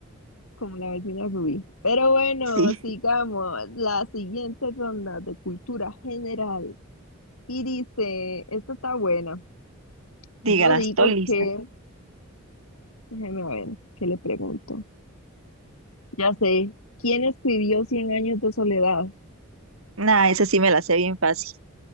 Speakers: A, on the left (about 80°); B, on the right (about 75°).
A: como la vecina Rubí. Pero bueno,
B: Sí,
A: sigamos. La siguiente ronda de cultura general. Y dice, esta está buena.
B: <laughs> dígala,
A: Yo digo
B: estoy lista.
A: que, déjeme ver, ¿qué le pregunto? Ya sé, ¿quién escribió Cien años de soledad?
B: Nah, esa sí me la sé bien fácil.